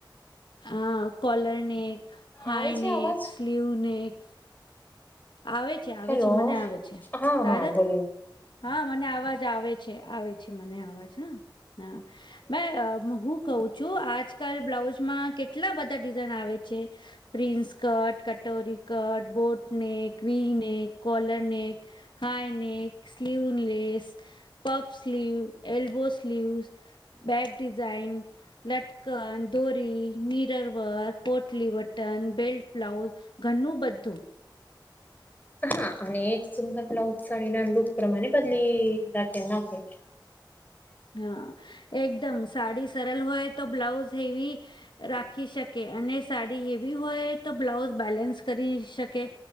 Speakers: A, on the left; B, on the left.
A: અ કોલર નેક, હાય
B: આવે છે
A: નેક,
B: અવાજ
A: સ્લીવ નેક, આવે છે આવે
B: હેલો
A: છે મને આવે છે
B: હા
A: તારે
B: હા બોલીએ
A: હા મને અવાજ આવે છે. આવે છે મને અવાજ હા હા મે હું કવ છું આજકાલ બ્લાઉઝમાં કેટલા બધા ડિઝાઇન આવે છે. પ્રિન્સ કટ, કટોરી cut, boat neck, queue neck, collar neck, high neck, sleeveless, puff sleeve, elbow sleeve, back design, લટકન દોરી મીરર વર્ક કોટલી બટન બેલ્ટ બ્લાઉઝ ઘણું બધું
B: હા અને એક સુંદર બ્લાઉઝ સાડી ના લુક પ્રમાણે બદલી નાખે
A: હા એકદમ સાડી સરલ હોય તો બ્લાઉઝ હેવી રાખી શકે અને સાડી હેવી હોય તો બ્લાઉઝ બેલેન્સ કરી શકે.